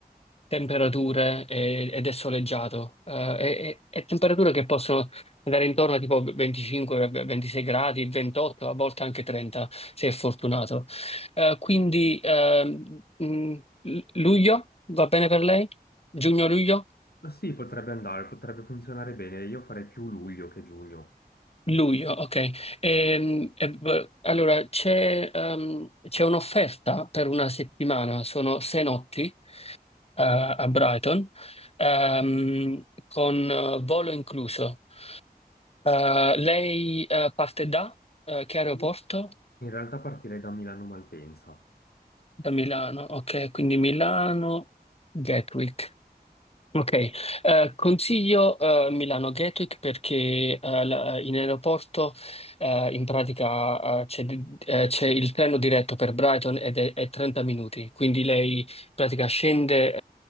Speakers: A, on the left (about 35°); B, on the left (about 70°).
A: temperature e- ed è soleggiato, eh, e, e- e temperature che possono andare intorno a tipo 25, 26 gradi, 28, a volte anche 30, se è fortunato. Eh, quindi ehm, mh, luglio va bene per lei? Giugno-luglio?
B: Ma sì, potrebbe andare, potrebbe funzionare bene, io farei più luglio che giugno.
A: Luglio, ok. Ehm, e v- allora c'è ehm, c'è un'offerta per una settimana, sono sei notti eh, a Brighton, ehm, con eh, volo incluso. Eh, lei eh, parte da eh, che aeroporto?
B: Io In realtà partirei da Milano Malpensa.
A: Da Milano, ok, quindi Milano, Gatwick. Ok, eh, consiglio eh, Milano Gatwick perché eh, la- in aeroporto eh, in pratica eh, c'è di- eh, c'è il treno diretto per Brighton ed è, è 30 minuti, quindi lei in pratica scende,